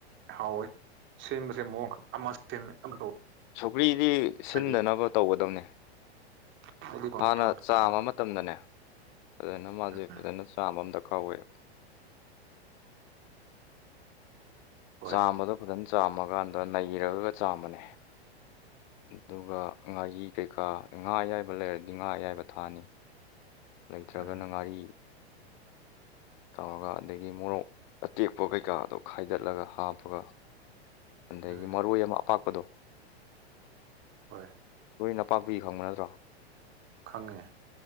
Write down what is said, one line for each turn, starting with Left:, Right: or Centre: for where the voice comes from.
Right: ꯍꯥꯎꯋꯤ ꯁꯦꯝꯕꯁꯦ ꯃꯑꯣꯡꯈꯛ ꯑꯃ ꯁꯦꯝꯃꯦ ꯑꯃ
Left: ꯁꯧꯒꯔꯤꯗꯤ ꯁꯤꯟꯗꯅꯕ
Right: ꯑꯩꯗꯤ
Left: ꯇꯧꯒꯗꯕꯅꯦ
Right: ꯑꯩꯗꯤ ꯄꯪꯊꯣꯡ
Left: ꯍꯥꯟꯅ ꯆꯥꯃ
Right: ꯊꯣꯡꯉꯦ
Left: ꯃꯇꯝꯗꯅꯦ ꯐꯖꯅ ꯃꯥꯁꯦ
Right: ꯎꯝ
Left: ꯐꯖꯅ ꯆꯥꯝꯕ ꯑꯃ ꯗꯔꯀꯥ ꯑꯣꯏꯋꯦꯕ
Right: ꯍꯣꯏ
Left: ꯆꯥꯝꯕꯗꯣ ꯐꯖꯅ ꯆꯥꯝꯃꯀꯥꯟꯗ ꯅꯩꯔꯒꯒ ꯆꯥꯝꯕꯅꯦ ꯑꯗꯨꯒ ꯉꯥꯔꯤ ꯀꯩꯀꯥ ꯉꯥ ꯑꯌꯥꯏꯕ ꯂꯩꯔꯗꯤ ꯉꯥ ꯑꯌꯥꯏꯕ ꯊꯥꯛꯑꯅꯤ ꯂꯩꯇ꯭ꯔꯒꯅ
Right: ꯎꯝ
Left: ꯉꯥꯔꯤ ꯇꯧꯔꯒ ꯑꯗꯒꯤ ꯃꯣꯔꯣꯛ ꯑꯇꯦꯛꯄ ꯀꯩꯀꯥꯗꯣ ꯈꯥꯏꯗꯠꯂꯒ ꯍꯥꯞꯄꯒ ꯑꯗꯒꯤ
Right: ꯎꯝ
Left: ꯃꯔꯣꯏ ꯑꯃ ꯑꯄꯥꯛꯄꯗꯣ
Right: ꯍꯣꯏ
Left: ꯅꯄꯥꯛꯄꯤ ꯈꯪꯕ ꯅꯠꯇ꯭ꯔꯣ
Right: ꯈꯪꯉꯦ